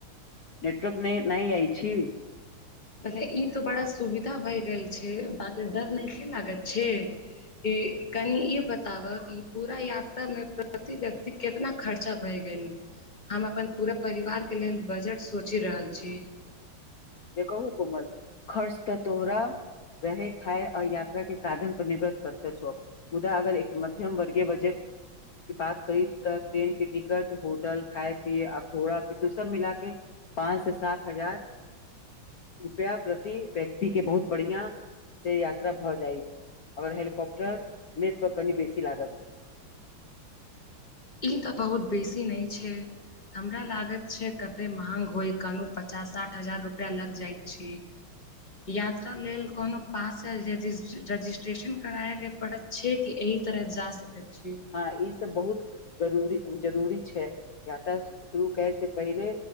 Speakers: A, on the left; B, on the left.
A: नेटवर्क नय नहि आइ छी।
B: मतलब ई तो बड़ा सुविधा भए गेल छै बाकि डर नहि खै लागत छै ई कनि ई बताब कि पूरा यात्रा मे प्रति व्यक्ति केतना खर्चा भए गेल हम अपन पूरा परिवार के लेल बजट सोचि रहल छी
A: जे कहू कोमल खर्च त तोरा रहे खाय आओर यात्रा के साधन पर निर्भर करते छो मुदा अगर एक मत मध्यमवर्गीय बजट क बात करी त ट्रेन के टिकट होटल खाय पिय आ घोड़ा पी सब मिला के पाँच से सात हजार रुपआ प्रति व्यक्ति के बहुत बढ़िया से यात्रा भऽ जायत आओर हेलीकॉप्टर नेट पर कनि बेसी लागत।
B: ई ते बहुत बेसी न छै हमरा लागत छै कते महंग होइ कनु पचास साठ हजार रुपआ लग जाइत छी यात्रा लेल कोनो पास या रजिस्ट्रेशन कराय के पड़त छै कि एहि तरह जा सके छी
A: हँ ई सब बहुत जरूरी जरूरी छै यात्रा शुरू करे से पहिले